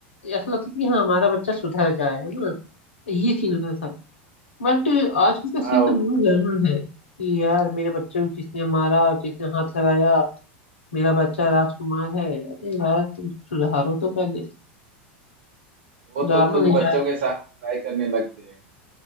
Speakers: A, on the left; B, on the right.
A: ऐसा लगता था कि हाँ हमारा बच्चा सुधर जाए है ना ये सीन होता था बट आजकल का
B: हाँ
A: सीन तो बिल्कुल गड़बड़ है कि यार मेरे बच्चे को किसने मारा किसने हाथ लगाया मेरा बच्चा राजकुमार है अरे यार तुम सुधारो तो पहले
B: वो
A: सुधारना
B: तो खुद
A: नहीं
B: बच्चों
A: चाहते
B: के साथ लड़ाई करने लगते हैं